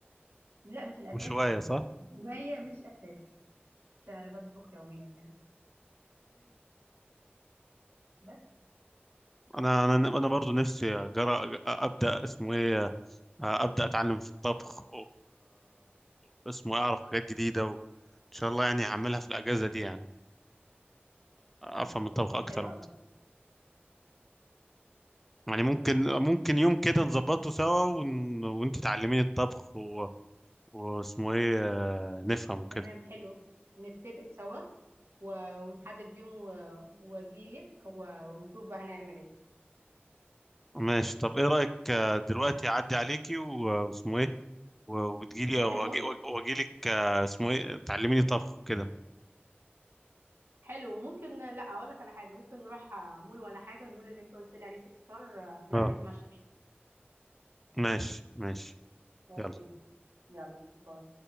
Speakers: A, on the right; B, in the centre.
A: لا مش الاساسي
B: مش هوايه صح
A: ما هي مش اساسي مش انا اللي بطبخ يوميا يعني بس
B: انا انا انا برضو نفسي أجرأ ابدا اسمه ايه ابدا اتعلم في الطبخ واسمه اعرف حاجات جديده وان شاء الله يعني هعملها في الاجازه دي يعني
A: طب
B: افهم الطبخ
A: اوكي
B: اكتر
A: حلو قوي
B: وقت يعني ممكن ممكن يوم كده نظبطه سوا ون... وانت تعلميني الطبخ و... واسمه ايه آه، نفهم كده
A: تمام حلو نتفق سوا و- ونحدد يوم و- واجيلك و- ونشوف بقى هنعمل ايه
B: ماشي طب ايه رايك آه، دلوقتي اعدي عليكي و- واسمه ايه و- وتجيلي
A: نروح
B: واجي
A: المول
B: واجيلك آه، اسمه ايه تعلميني طبخ كده
A: حلو ممكن لا اقول لك على حاجه ممكن نروح آه، مول ولا حاجه المول اللي انت قلت لي عليه سيتي ستار آه، نروح
B: اه
A: نتمشى فيه
B: ماشي ماشي
A: اوكي
B: يلا
A: يلا باي